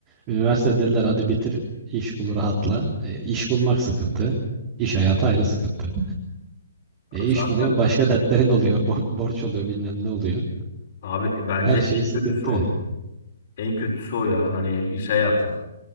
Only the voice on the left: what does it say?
Zaten
abi bence
en
kötüsü o. En kötüsü o ya hani iş hayatı.